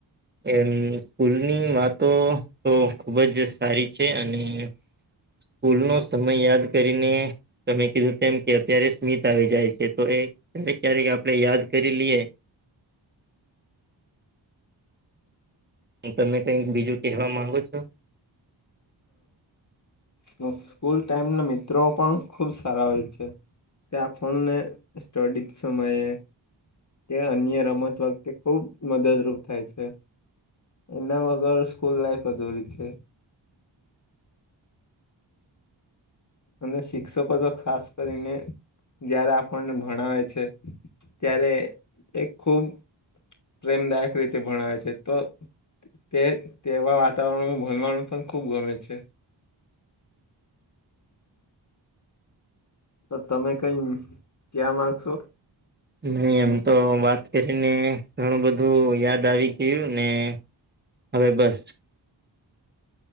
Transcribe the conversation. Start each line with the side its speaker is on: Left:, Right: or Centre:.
Right: એમ ફૂલની વાતો તો ખૂબ જ સારી છે અને સ્કૂલ નો સમય યાદ કરીને તમે કીધું તેમ કે અત્યારે સ્મિત આવી જાય છે તો એ ક્યારે આપણે યાદ કરી લએ હું તમે કઈક બીજું કહેવા માંગુ છો
Left: હમ સ્કૂલ ટાઈમ ના મિત્રો પણ ખુબ સારા હોય છે તે ફણ ને સ્ટડી સમયે એ અન્ય રમત વખતે ખુબ મદદરૂપ થાય છે એના વગર સ્કૂલ લાઈફ અધોરી છે અને શિક્ષકો તો ખાસ કરીને જયારે આપણને ભણાવે છે ત્યારે એ ખૂબ પ્રેમદાયક રીતે ભણવે છે તો તે તેવા વાતાવરણ ભંવા પણ ખુબ ગમે છે તો તમે કઈ ક્યાં માગશો
Right: નહી એમ તો વાત કરીને ઘણું બધું યાદ આવી ગયું ને હવે બસ